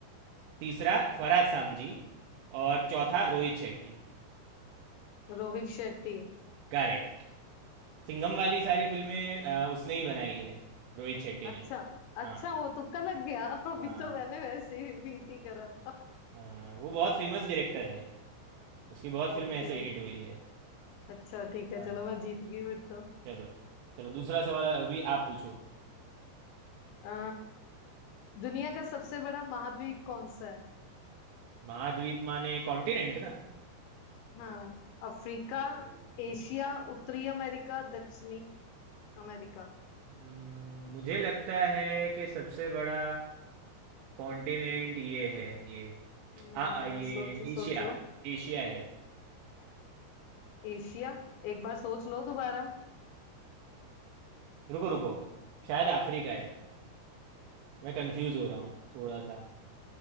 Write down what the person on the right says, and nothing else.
तीसरा फरहाद सामजी और चौथा रोहित शेट्टी
करेक्ट सिंघम वाली सारी फिल्में अ, उसने ही बनाई है रोहित शेट्टी
ने
हाँ
हाँ
हाँ वो बहुत फेमस डायरेक्टर है उसकी बहुत फिल्में
ऐसे
हिट हुई है
हाँ
हाँ
चलो चलो दूसरा सवाल अभी आप पूछो
महाद्वीप माने कॉन्टिनेंट ना
हम्म।
हम्म, मुझे लगता है कि सबसे बड़ा कॉन्टिनेंट ये है ये
आ, आ ये
एशिया
एशिया है
रुको रुको शायद अफ्रीका है मैं कंफ्यूज हो रहा हूँ थोड़ा सा